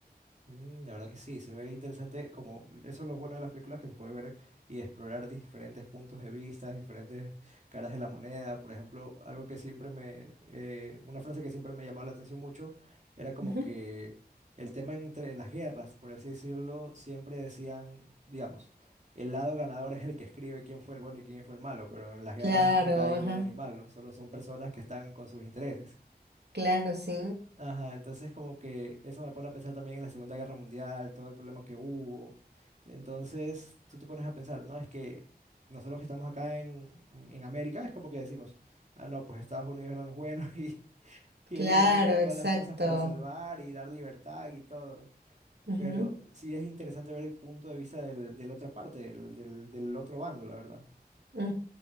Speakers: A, on the right; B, on the right.
A: Mm, la verdad que sí, se ve interesante como eso es lo bueno de las películas que se puede ver y explorar diferentes puntos de vista, diferentes caras de la moneda. Por ejemplo, algo que siempre me, eh, una frase que siempre me llamaba la atención mucho era como
B: Ujú.
A: que el tema entre las guerras, por así decirlo, siempre decían, digamos, el lado ganador es el que escribe quién fue el bueno y quién fue el malo, pero en las guerras
B: Claro,
A: nunca hay
B: ajá,
A: bueno ni malo, solo son personas que están con sus intereses.
B: claro, sí,
A: Ajá, entonces como que eso me pone a pensar también en la Segunda Guerra Mundial, todo el problema que hubo. Entonces tú te pones a pensar, no, es que nosotros que estamos acá en, en América es como que decimos, ah, no, pues Estados Unidos eran los buenos <laughs> y, y
B: claro,
A: ellos hicieron todas
B: exacto.
A: las cosas para salvar y dar libertad y todo.
B: Ujú.
A: Pero sí es interesante ver el punto de vista del, de la otra parte, del, del, del otro bando, la verdad.
B: Ujú,